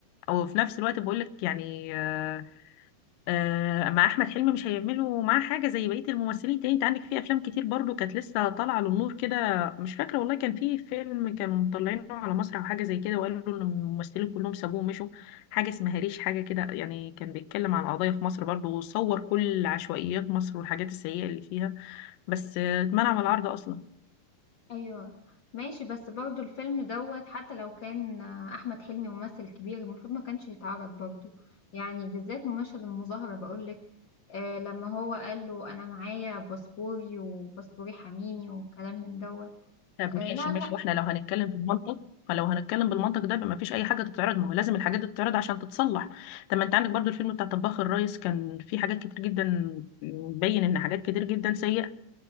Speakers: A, on the left (about 80°); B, on the left (about 65°).
A: أو في نفس الوقت بقول لك يعني آه، آه، مع احمد حلمي مش هيعملوا معاه حاجه زي بقيه الممثلين تاني انت عندك في افلام كتير برضو كانت لسه طالعه للنور كده مش فاكره والله كان في فيلم كانوا مطلعينه على مسرح او حاجه زي كده وقالوا ان الممثلين كلهم سابوه ومشوا حاجه اسمها ريش حاجه كده يعني كان بيتكلم عن قضايا في مصر برضو وصور كل عشوائيات مصر والحاجات السيئه اللي فيها بس آه، اتمنع من العرض اصلا
B: ايوه ماشي بس برضو الفيلم دوت حتى لو كان آه، احمد حلمي ممثل كبير المفروض ما كانش يتعرض برضو يعني بالذات مشهد المظاهرة بقولك آه لما هو قال له انا معايا باسبوري وباسبوري حميني وكلام من دوت آه
A: طب ماشي
B: لا لا
A: ماشي واحنا لو هنتكلم بالمنطق فلو هنتكلم بالمنطق ده ما فيش اي حاجه تتعرض ما هو لازم الحاجات دي تتعرض عشان تتصلح طب ما انت عندك برضو الفيلم بتاع طباخ الريس كان فيه حاجات كتير جدا بين ان حاجات كتير جدا سيئه